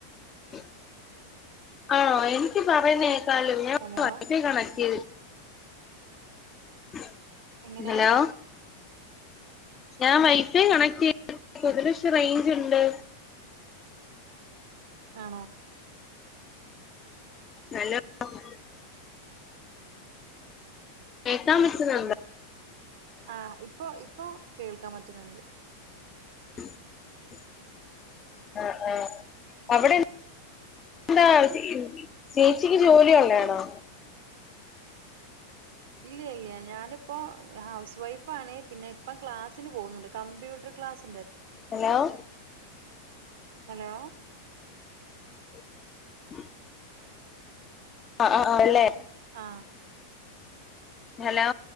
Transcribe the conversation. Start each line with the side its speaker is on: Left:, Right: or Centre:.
Left: <unintelligible> ആണോ എനിക്ക് പറയുന്നേക്കലോ ഞാൻ
Right: ഹലോ
Left: വൈഫൈകണക്ട് <unintelligible>
Right: എങ്ങനെ
Left: ഹലോ ഞാൻ വൈഫൈ കണക്ട് <unintelligible> ക്ഷ് റെയിഞ്ചുണ്ട്
Right: <inaudible> ആണോ
Left: നല്ല <unintelligible> കേക്കാൻ പറ്റുന്നുണ്ട്
Right: ആ ഇപ്പൊ ഇപ്പൊ കേൾക്കാൻ പറ്റുന്നുണ്ട്
Left: <inaudible> ആ ആ അവിടെ <inaudible> എന്താ <unintelligible> ചേച്ചിക്ക് ജോലി ഒള്ളആണോ
Right: ഇല്ല്യാഇല്ല്യാഞാന്പ്പോ ഹൗസ് വൈഫാണ് പിന്നെപ്പൊ ക്ലാസ്സിന്പോകുന്നുണ്ട് കമ്പ്യൂട്ടർക്ലാസ്സ്‌
Left: ഹലൗ
Right: ഹലോ
Left: <inaudible> ആ ആ അല്ലെ
Right: ആ
Left: ഹലൗ